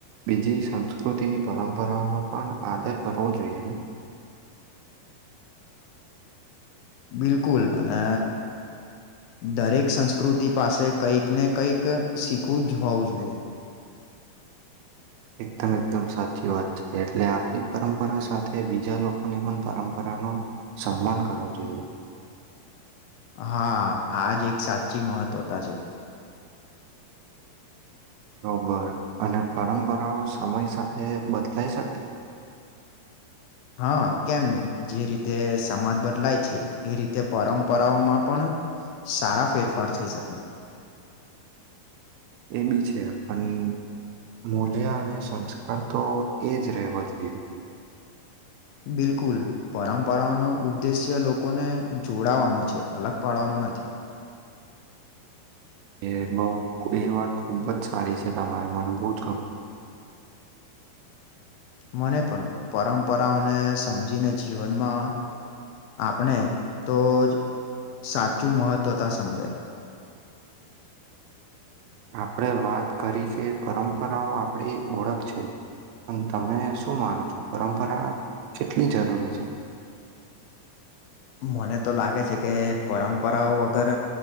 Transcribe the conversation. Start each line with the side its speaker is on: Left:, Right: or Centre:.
Right: બીજી સંસ્કૃતિની પરંપરાઓનો પણ આદર કરવો જોઈએ હમ
Left: બિલકુલ અને દરેક સંસ્કૃતિ પાસે કંઈક ને કંઈક શીખવું જ હોવું જોઈએ
Right: એકદમ એકદમ સાચી વાત છે એટલે આપણી પરંપરા સાથે બીજા લોકોની પણ પરંપરા નો સન્માન કરવો જોઈએ
Left: હા આજ એક સાચી મહત્વતા છે
Right: બરોબર અને પરંપરાઓ સમય સાથે બદલાઈ શકે
Left: હા કેમ નહી જે રીતે સમાજ બદલાય છે એ રીતે પરંપરાઓમાં પણ સારા ફેરફાર થઈ શકે
Right: એ બી છે પણ મૂલ્ય અને સંસ્કાર તો એ જ રહેવા જોઈએ
Left: બિલકુલ પરંપરાઓ નો ઉદ્દેશ્ય લોકોને જોડાવાનો છે અલગ પાડવાનો નથી
Right: એ બઉ એ વાત ખુબ જ સારી છે તમારી મને બહુ જ <unintelligible>
Left: મને પણ પરંપરાઓને સમજીને જીવનમાં આપણે તો જ સાચું મહત્ત્વતા સમજાય
Right: આપણે વાત કરી કે પરંપરાઓ આપણી ઓળખ છે પણ તમે શું માનો છો પરંપરા કેટલી જરૂરી છે
Left: મને તો લાગે છે કે પરંપરાઓ વગર